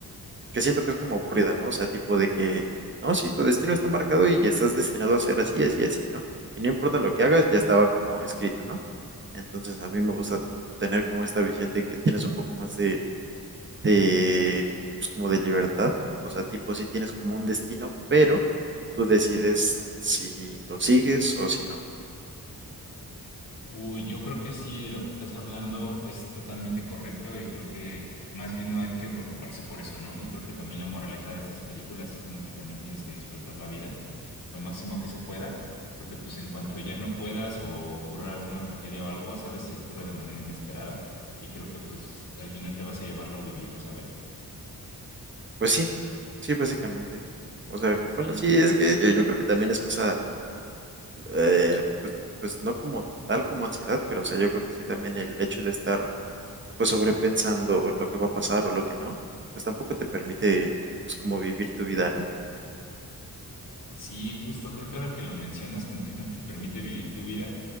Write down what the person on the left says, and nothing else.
Uy, yo creo que sí, de lo que estás hablando es totalmente correcto y creo que más bien no hay que preocuparse por eso, ¿no? Y creo que también la moraleja de estas películas es como que también tienes que disfrutar la vida lo máximo que se pueda, porque pues en cuanto <laughs> ya no puedas o ocurra alguna tragedia o algo, ¿sabes? Se ocurre de manera inesperada y creo que pues al final te vas a llevar lo vivido, ¿sabes?
Sí,
Sí, justo, creo que ahora que lo mencionas, como que <laughs> no te permite vivir tu vida.